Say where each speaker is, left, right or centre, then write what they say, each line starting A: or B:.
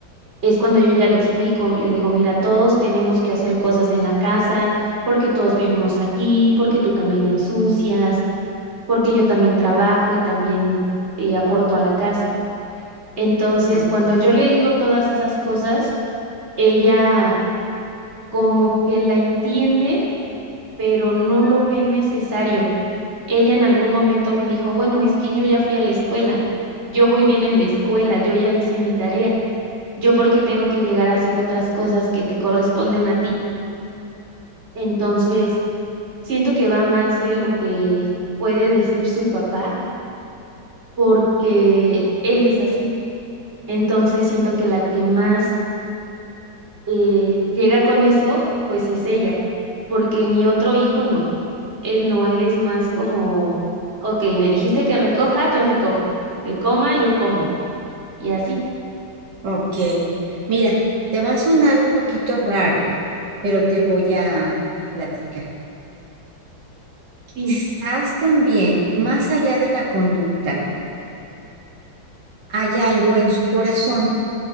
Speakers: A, on the right (about 35°); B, on the right (about 60°).
A: Es cuando yo ya le explico, le digo, mira, todos tenemos que hacer cosas en la casa, porque todos vivimos aquí, porque tú también ensucias, porque yo también trabajo y también eh, aporto a la casa. Entonces,
B: Mm,
A: cuando yo le digo todas esas cosas, ella como que la entiende, pero no lo ve necesario. Ella en algún momento me dijo, bueno, es que yo ya fui a la escuela, yo voy bien en la escuela, yo ya hice mi tarea, yo porque tengo que llegar a hacer otras cosas que te corresponden a ti. Entonces, siento que va más de lo que puede decir su papá, porque él es así. Entonces, siento que la que más eh, llega con eso, pues es ella, porque mi otro hijo no, él no, él es más como, ok, me dijiste que recoja, yo recojo, que coma, yo como, y así,
B: ok. Mira, te va a sonar un poquito raro, pero te voy a, a platicar.
A: dime.
B: Quizás también, más allá de la conducta, hay algo en su corazón.